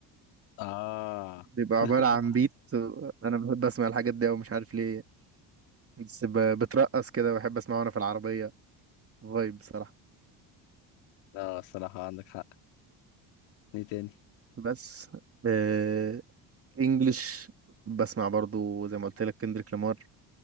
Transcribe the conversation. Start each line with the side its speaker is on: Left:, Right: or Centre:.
Left: اه
Right: بيبقى
Left: <laughs>
Right: عبارة عن بيت أنا بحب أسمع الحاجات دي أوي مش عارف ليه بس ب- بترقص كده بحب اسمعه وانا في العربية فايب بصراحة
Left: لا الصراحة عندك حق ايه تاني
Right: بس آه انجلش بسمع برضو زي ما قلت لك كندريك لامار